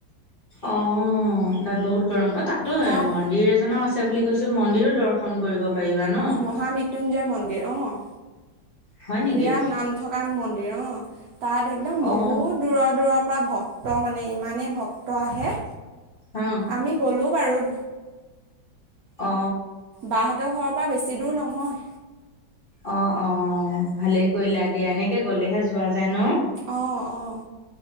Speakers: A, on the left (about 35°); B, on the right (about 70°).
A: অ। তাত বহুত গৰম। অ তাতটো
B: তাত
A: মন্দিৰ এজনো আছে বুলি কৈছে। মন্দিৰো দৰ্শন কৰিব পাৰিবা ন
B: মহামৃত্যুঞ্জয় মন্দিৰ, অ।
A: হয় নেকি
B: বিৰাট নাম থকা মন্দিৰ অ। তাত একদম
A: অ
B: বহুত দূৰৰ-দূৰৰ <unintelligible> ভক্ত মানে ইমানেই ভক্ত আহে।
A: অ
B: আমি গ'লোঁ বাৰু।
A: অ।
B: বাহঁতৰ ঘৰৰ পৰা বেছি দূৰ নহয়।
A: অ-অ ভালে কৰিলা। দিয়া। এনেকে গ'লেহে যোৱা যায় ন?
B: অঁ অঁ